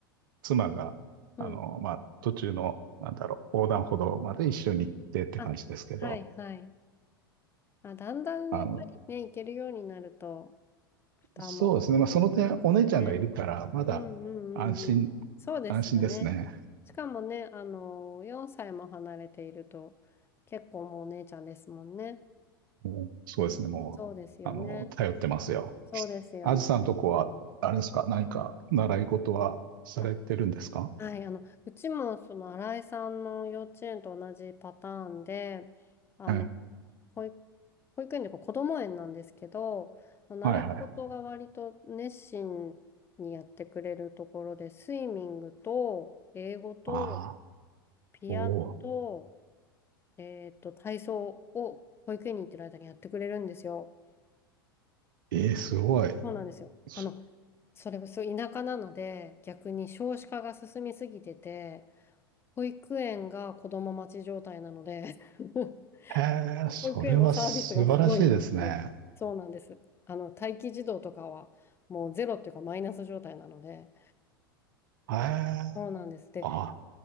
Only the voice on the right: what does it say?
妻が、
あのーまあ、途中の、なんだろう、横断歩道まで一緒に行ってって感じですけど、
あの、
そうですね。まあ、その点、お姉ちゃんがいるから、まだ安心、
安心ですね。
もう、そうですね。もう、
あの、頼ってますよ。
あずさんとこは、あれですか、何か習い事はされてるんですか
ええ、
はいはい。
ああ、
おお、
ええ、すごい。
そ
へえ、それは素晴らしいですね。
へえ、
あ、